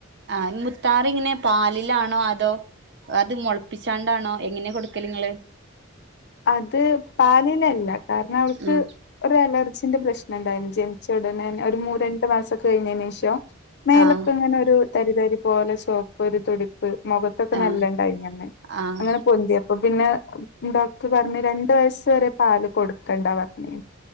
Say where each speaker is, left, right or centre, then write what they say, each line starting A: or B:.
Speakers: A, on the right; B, on the left.
A: ആഹ് മുത്താറി എങ്ങനെ പാലിലാണോ അതോ? അത് മൊളപ്പിച്ചാണ്ടാണോ എങ്ങനെ കൊടുക്കല് ങ്ങള്?
B: അത് പാലിലല്ല. കാരണം അവൾക്ക്
A: ഉം
B: ഒരു അലർജിന്റെ പ്രശ്നം ണ്ടായിരുന്നു. ജനിച്ച ഉടനെ ഒരു മൂ രണ്ട് മാസം ഒക്കെ കഴിഞ്ഞേന്റെഷം മേലൊക്കെ
A: ആഹ്
B: ഇങ്ങനെ ഒരു തരിതരി പോലെ സോപ്പ് ഒരു തൊലി പ്പ് മൊഖത്തൊക്കെ
A: ആഹ്
B: നല്ലണ്ടായിനി അന്ന്.
A: ആഹ്
B: അങ്ങനെ പൊന്തിയപ്പോ പിന്നെ ഡോക് ക്ക് പറഞ്ഞ് രണ്ട് വയസ് വരെ പാല് കൊടുക്കണ്ട പറഞ്ഞിന്